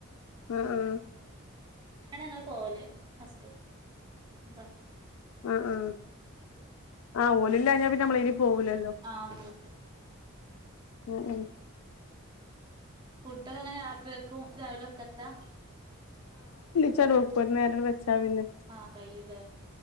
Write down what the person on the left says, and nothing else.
ആ ആ
ആ ആ ആ ഓലില്ലാ ഞാപ്പിന്നമ്മളെയ്ല് പോവുലല്ലോ.
ഉം ഉം
ചലോപ്പും ഒരു നേരട് ബെച്ചാ പിന്നെ